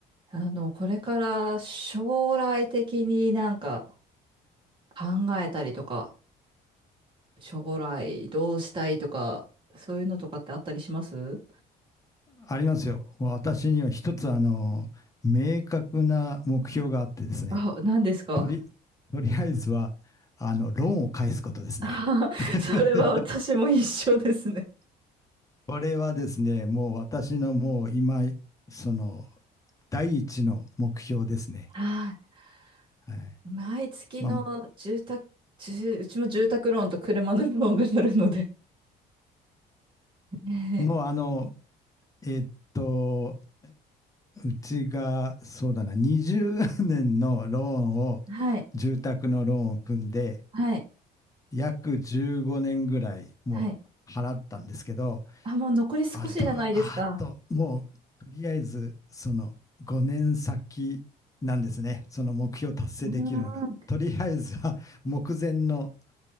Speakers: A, on the right; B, on the left.
A: あの、これから将来的になんか考えたりとか、将来どうしたいとか、そういうのとかってあったりします
B: ありますよ。もう私には一つ、あの、明確な目標があってですね、
A: あ、何ですか
B: とり、とりあえずは、あの、ローンを返すことですね。
A: あ
B: <laughs>
A: <laughs> それは私も一緒ですね。
B: これはですね、もう私のもう今、その、第一の目標ですね。
A: <laughs> はい。
B: はい。
A: 毎月の住宅、
B: まあ、
A: 住うちも住宅ローンと車のローンがあるので。ね
B: もうあの、えーっと、うちが、そうだな、20年のローンを、
A: えはい。
B: 住宅のローンを組んで、
A: はい。
B: 約15年ぐらいもう払ったんですけど、
A: はい。あ、もう残り少しじゃないですか。
B: あと、あと、もうとりあえずその5年先なんですね。その目標達成できるのが。
A: うー
B: とりあえずは目前の、